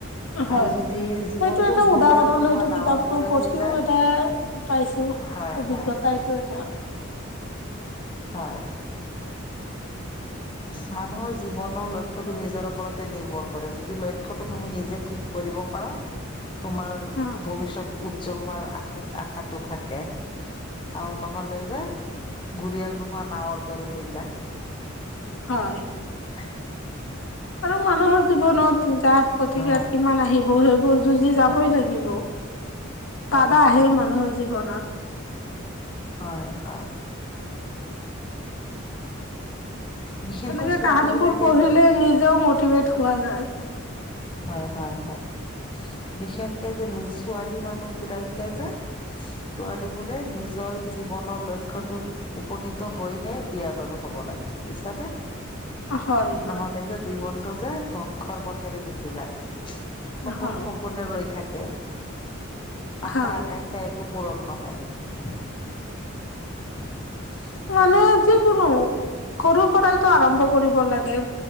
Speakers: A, on the left; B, on the left.
A: হয়
B: আৰু যদি জীৱনটো
A: সেইটো এটা
B: ঘুৰিয়াল
A: উদাহৰণ
B: নোহোৱা
A: সেইটো কিতাপটো
B: নাৱৰ দৰে
A: পঢ়িও
B: হৈ যায়
A: এটা পাইছো
B: হয়
A: অভিজ্ঞতা
B: হয়
A: এইটো এটা
B: হয় মানুহৰ জীৱনৰ লক্ষ্যতো নিজৰ ওপৰত নিৰ্ভৰ কৰে যদি লক্ষ্যটো তুমি নিজে ঠিক কৰিব পাৰা তোমাৰ
A: হয়
B: ভৱিষ্যত উজ্জ্বল হোৱাৰ আশ আশাটো থাকে আৰু নহলে যে ঘৰিয়াল নোহোৱা নাৱৰ দৰে হৈ যায়
A: হয়
B: <unintelligible>
A: কাৰ মানুহৰ জীৱনত গাত প্ৰতিঘাত
B: অ
A: কিমান আহিব সেইবোৰ
B: হয়
A: যুঁজি যাবই
B: হয়
A: লাগিব
B: হয়
A: বাধা
B: হয়
A: আহে
B: হয়
A: মানুহৰ জীৱনত
B: হয় হয় বিশেষকৈ
A: তেনেকে
B: ছোৱালী
A: কাহানীবোৰ
B: বিলাকে
A: পঢ়িলে নিজেও মটিভেট হোৱা যায়
B: হয় হয় হয় বিশেষকে যে নিজ ছোৱালী মানুহবোতাককে যে ছোৱালী বোৰে নিজৰ জীৱনৰ লক্ষ্য়তোত উপনীত হৈহে বিয়া বাৰু হ'ব লাগে পিছাতে
A: হয় হয়
B: নহ'লে যে জীৱনতটো যে ধ্বংসৰ পথেৰে গুচি যায় সপোন
A: হয়
B: সপোনে ৰৈ থাকে আশা
A: হয়
B: আকাংক্ষা একো পূৰণ নহয় <unintelligible>
A: মানে যিকোনো সৰুৰ পৰাইতো আৰম্ভ কৰিব লাগে